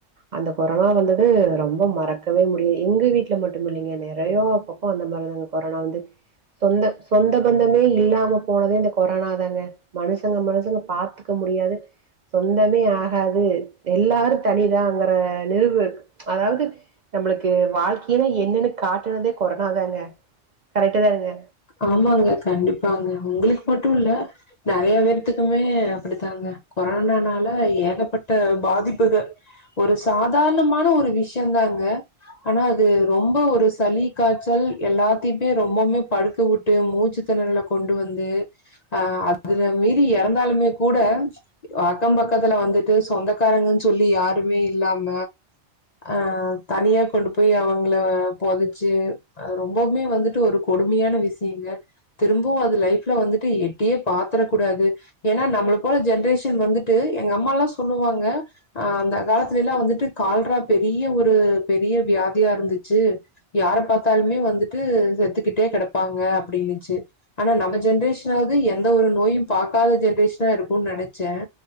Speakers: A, on the right; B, on the left.
A: அந்த கொரோனா வந்தது ரொம்ப மறக்கவே முடியாது எங்க வீட்டுல மட்டும் இல்லங்க நெறைய பக்கம் அந்த மாரிதாங்க கொரோனா வந்து சொந்த சொந்த பந்தமே இல்லாம போனதே இந்த கொரோனா தாங்க மனுசங்க மனுசங்க பாத்தக்க முடியாது சொந்தமே ஆகாது எல்லாரும் தனிதாங்கற நிறவு இருக்கு அதாவது நம்மளுக்கு க்கு வாழ்க்கைய என்னன்னு காட்டுனதே கொரனாாதாங்க கரெக்ட தான் இருங்க
B: ஆமாங்க கண்டிப்பாங்க உங்களுக்கு மட் மட்டும் இல்ல நெறைய பேரத்துக்குமே அப்டித்தாங்க கொரனனால ஏகப்பட்ட பாதிப்புகள் ஒரு சாதாரணமான ஒரு விஷயம் தாங்க ஆனா அது ரொம்ப ஒரு சளி காய்ச்சல் எல்லாத்துமே ரொம்பமே படு த்து விட்டு மூச்சு திண்ணல கொண்டு வந்து அ அதுல மீறி இறந்தாலுமே கூட அக்கம் பக்கத்துல வந்துட்டு சொந்தக்காரங்கன்னு சொல்லி யாருமே இல்லாம அ தனியா கொண்டு போய் அவங்கள பொதைச்சு ரொம்பமே வந்துட்டு ஒரு கொடுமையான விஷ சிரிங்க திரும்பவும் அது லைஃப்ல வந்துட்டு எட்டியே பாத்திரக்க கூடாது ஏன்னா நம்மள போல ஜென்ரேஷன் வந்துட்டு எங்க அம்மா எல்லாம் சொல்லுவாங்க ஆ அந்த காலத்துல எல்லாம் வந்துட்டு கால்ரா பெரிய ஒரு பெரிய வியாதியா இருந்துச்சு யார பாத்தாலுமே வந்துட்டு செத்துக்கிட்டே கிட நாங்க அப்டின்னுச்சு ஆனா நம்ம ஜென்ரேஷனாவது எந்த ஒரு நோயும் பாக்காத ஜென்ரேஷனா இருக்கும்ன்னு நினைச்சேன்